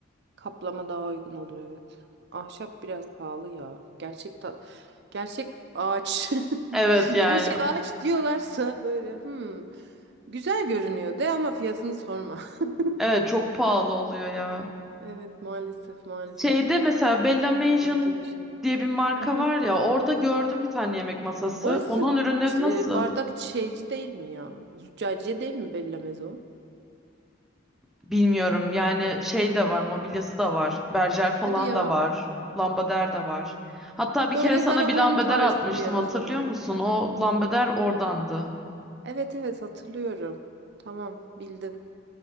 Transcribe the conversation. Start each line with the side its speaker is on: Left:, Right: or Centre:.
Right: Kaplama daha uygun olur evet. Ahşap biraz pahalı ya. Gerçek ta- gerçek ağaç. <laughs>
Centre: Evet yani
Right: Gerçek ağaç diyorlarsa böyle hmm, güzel görünüyor de ama fiyatını sorma. <laughs>
Centre: evet çok pahalı oluyor ya.
Right: Evet maalesef maalesef.
Centre: Şeyde mesela Bella Mansion
Right: Sıkıntı bir şey.
Centre: diye bir marka
Right: Hı hı.
Centre: var ya orada gördüm bir tane yemek masası.
Right: Orası
Centre: Onun ürünleri nasıl?
Right: e, bardak şeyci değil mi ya? Züccaciye değil mi Bella Maison?
Centre: Bilmiyorum yani şey de var mobilyası da var. Berjer falan
Right: Hadi ya.
Centre: da var. Lambader de var. Hatta bir
Right: Böyle
Centre: kere sana
Right: Zara
Centre: bir
Right: Home
Centre: lambader
Right: tarzı
Centre: atmıştım
Right: bir yer
Centre: hatırlıyor
Right: o zaman.
Centre: musun? O lambader oradandı.
Right: Evet evet hatırlıyorum. Tamam bildim.